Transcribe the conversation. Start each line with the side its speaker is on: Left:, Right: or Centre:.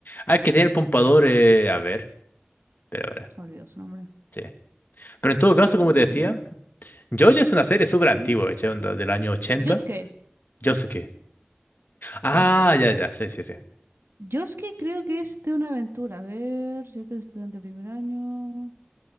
Left: Ah, el que tiene el pompador, eh, a ver. Espera, espera.
Right: Se me olvidó su nombre.
Left: Sí. Pero en todo caso,
Right: Yo,
Left: como te decía,
Right: yo.
Left: JoJo es una serie súper
Right: Ujú.
Left: antigua, ¿cachai? Onda del año 80.
Right: Yosuke.
Left: Yosuke. Ah,
Right: Yosuke.
Left: ya, ya, sí, sí, sí.
Right: Yo es que creo que es de una aventura. A ver, yo que soy estudiante de primer año.